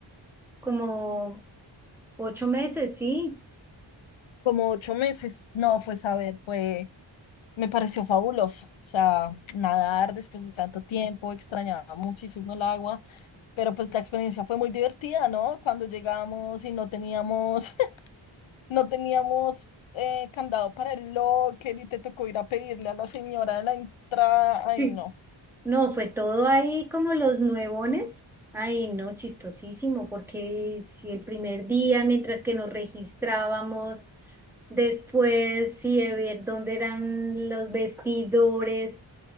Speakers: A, in the centre; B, on the left (about 75°).
A: como ocho meses, ¿sí?
B: Como ocho meses. No, pues a ver, fue, me pareció fabuloso. O sea, nadar después de tanto tiempo, extrañaba muchísimo el agua, pero pues la experiencia fue muy divertida, ¿no? Cuando llegamos y no teníamos, <laughs> no teníamos eh, candado para el locker y te tocó ir a pedirle a la señora de la entrada. Ay,
A: Sí.
B: no.
A: No, fue todo ahí como los nuevones. Ay, no, chistosísimo, porque si el primer día, mientras que nos registrábamos, Después, sí, de ver dónde eran los vestidores